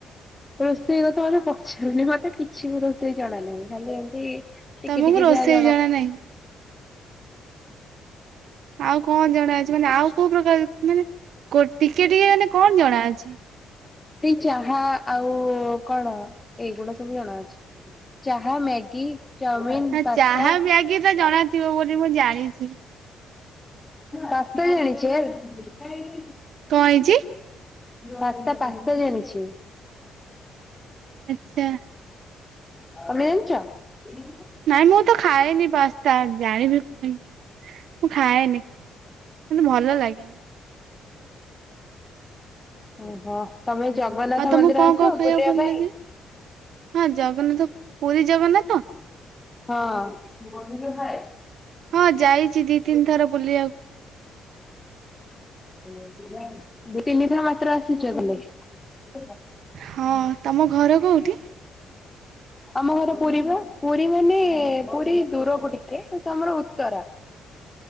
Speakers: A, on the left; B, on the right.
A: ରୋଷେଇ କ ତ ମୋତେ ପଚାରୁନି ମତେ କିଛି ବି ରୋଷେଇ ଜଣା ନାହିଁ। ଖାଲି ଏମତି ଟିକେ
B: ତମକୁ
A: ଟିକେ
B: ରୋଷେଇ
A: ଯାହା ଜଣା
B: ନାହିଁ। ଆଉ କଣ ଜଣା ଅଛି ମାନେ ଆଉ କୋଉ ପ୍ରକାର ମାନେ ଟିକେ ଟିକେ ମାନେ କଣ ଜଣା ଅଛି?
A: ସେଇ ଚାହା ଆଉ କଣ ଏଇଗୁଡା ସବୁ ଜଣାଅଛି। ଚାାହା ମ୍ୟାଗି। ଚାଉମିିନ,
B: ହ
A: ପାସ୍ତା।
B: ଚାହା ମ୍ୟାଗି ତ ଜଣାଥିବ ବୋଲି ମୁଁ ଜାଣିଚି।
A: ପାସ୍ତା ଜାଣିଛଚି ୟାର୍।
B: କଣ ହେଇଚି?
A: ପାସ୍ତା ପାସ୍ତା ଜାଣିଛି।
B: ଆଚ୍ଛା।
A: ତମେ ଜାଣିଚ?
B: ନାଇଁ ମୁଁ ତ ଖାଏନି ପାସ୍ତା ଜାଣିବି ପୁଣି ମୁଁ ଖାଏନି ମତେ ଭଲ ଲାଗେନି।
A: ଓହୋ ତମେ ଜଗନ୍ନାଥ
B: ଆଉ ତମକୁ
A: ମନ୍ଦିର
B: କଣ
A: ଆସବ
B: କଣ ଖାଇବାକୁ
A: ବୁଲିବା
B: ଭଲ
A: ପାଇଁ?
B: ଲାଗେ? ହଁ ଜଗନ୍ନାଥ ପୁରୀ ଜଗନ୍ନାଥ?
A: ହଁ କିନ୍ତୁ ଗୋବିନ୍ଦ ଖାଏ?
B: ହଁ ଯାଇଚି ଦି ତିନ୍ ଥର ବୁଲିବାକୁ।
A: <inaudible> ଦି ତିନି ଥର ମାତ୍ର ଆସିଚ ବୁଲି? <unintelligible>
B: ହଁ ତମ ଘର କୋଉଠି?
A: ଆମ ଘର ପୁରୀ ପା ପୁରୀ ମାନେ ପୁରୀ ଦୂରକୁ ଟିକେ ଶେଷ ଆମର ଉତ୍ତରା।